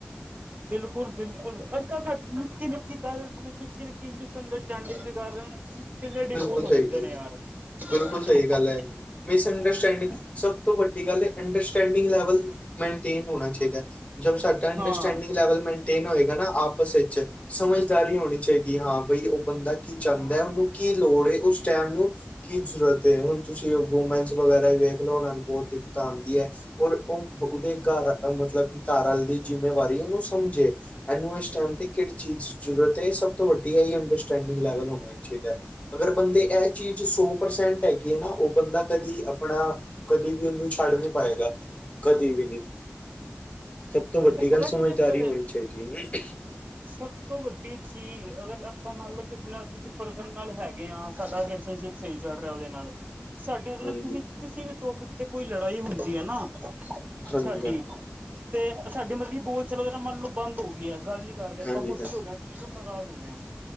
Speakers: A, on the right; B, on the left.
A: ਬਿਲਕੁਲ-ਬਿਲਕੁਲ ਅੱਜ ਕੱਲ੍ਹ ਸਾ ਨਿੱਕੀ- ਨਿੱਕੀ ਗੱਲ ਨਿੱਕੀ- ਨਿੱਕੀ ਮਿਸ ਅੰਡਸਟੈਂਡਿੰਗ ਜਿਹੀ ਕਰ ਰਹੇ ਨੇ। ਕਿੰਨੇ
B: ਬਿਲਕੁਲ
A: ਡਿਗੋ ਹੋ
B: ਸਹੀ
A: ਜਾਂਦੇ
B: ਗੱਲ
A: ਨੇ
B: ਹੈ
A: ਯਾਰ <inaudible>
B: ਬਿਲਕੁਲ ਸਹੀ ਗੱਲ ਹੈ ਮਿਸ ਅੰਡਰਸਟੈਂਡਿੰਗ ਸਭ ਤੋਂ ਵੱਡੀ ਗੱਲ ਹੈ ਅੰਡਰਸਟੈਂਡਿੰਗ ਲੈਵਲ ਮੇਨਟੇਨ ਹੋਣਾ ਚਾਹੀਦਾ। ਜਦ ਸਾਡਾ ਅੰਡਰਸਟੈਂਡਿੰਗ
A: ਹਾਂ
B: ਲੈਵਲ ਮੈਂਟ ਏਨ ਹੋਏਗ ਨਾ ਆਪਸ ਵਿੱਚ ਸਮਝਦਾਰੀ ਹੋਣੀ ਚਾਹੀਦੀ ਹਾਂ ਬਈ ਉਹ ਬੰਦਾ ਕੀ ਚਾਹੁੰਦਾ ਉਹਨੂੰ ਕੀ ਲੋੜ ਏ ਉਸ ਟਾਈਮ ਨੂੰ ਕੀ ਜ਼ਰੂਰਤ ਹੁਣ ਤੁਸੀਂ ਵੂਮਨਸ ਵਗੈਰਾ ਵੀ ਵੇਖ ਲਓ ਉਹਨਾਂ ਨੂੰ ਬਹੁਤ ਦਿੱਕਤਾਂ ਆਉਂਦੀਆਂ। ਔਰ ਉਹ ਉਹਦੇ ਘਰ ਮਤਲਬ ਕਿ ਘਰ ਵਾਲੇ ਦੀ ਜਿੰਮੇਵਾਰੀ ਉਹਨੂੰ ਸਮਝੇ। ਇਹਨੂੰ ਇਸ ਟਾਈਮ ਤੇ ਕਿਹੜੀ ਚੀਜ਼ ਦੀ ਜ਼ਰੂਰਤ ਹੈ ਇਹ ਸਭ ਤੋਂ ਵੱਡੀ ਆ ਅੰਡਸਟਡਿੰਗ ਲੈਵਲ ਹੋਣਾ ਚਾਹੀਦਾ ਐ। ਅਗਰ ਬੰਦੇ ਇਹ ਚੀਜ਼ ਸੌ ਪਰਸੈਂਟ ਹੈਗੀ ਹੈ ਨਾ ਉਹ ਬੰਦਾ ਕਦੀ ਆਪਣਾ ਕਦੀ ਵੀ ਉਹਨੂੰ ਛੱਡ ਨੀ ਪਾਏਗਾ ਕਦੀ ਵੀ ਨਹੀਂ। ਤਾਂ ਵੱਡੀ
A: ਪਤਾ
B: ਗੱਲ
A: ਕੀ
B: ਸਮਝਦਾਰੀ
A: ਚੱਕਰ ਹੈ
B: ਹੋਣੀ ਚਾਹੀਦੀ ਏ। <inaudible>
A: ਸਭ ਤੋਂ ਵੱਡੀ ਚੀਜ਼ ਅਗਰ ਆਪਾਂ ਮੰਨ ਲਓ ਕਿਸੇ ਨਾਲ ਪਰਸਨ ਨਾਲ ਹੈਗੇ ਹਾਂ ਸਾਡਾ ਰਿਲੇਸ਼ਨਸ਼ਿਪ ਸਹੀ ਚੱਲ ਰਿਹਾ ਉਹਦੇ ਨਾਲ ਸਾਡੀ ਉਹਦੇ ਨਾਲ
B: ਹਾਂਜੀ
A: ਕਿਸੀ ਕਿਸੇ ਵੀ ਟੋਪਿਕ ਤੇ ਕੋਈ ਲੜਾਈ ਹੁੰਦੀ ਹੈ ਨਾ
B: ਹਾਂਜੀ
A: ਸਾਡੀ
B: ਹਾਂਜੀ
A: ਮਤਲਬ ਕਿ ਬੋਲ ਚਾਲ ਓਦੇ ਨਾਲ ਮੰਨ ਨੂੰ ਬੰਦ ਹੋ ਗਈ ਹੈ ਗੱਲ ਨੀ ਘਰਦਿਆਂ
B: ਹਾਂਜੀ
A: ਗੁੱਸੇ ਕੀਤਾ ਤੇ ਨਾਰਾਜ਼ ਹੋ ਗਿਆ ਮੈਂ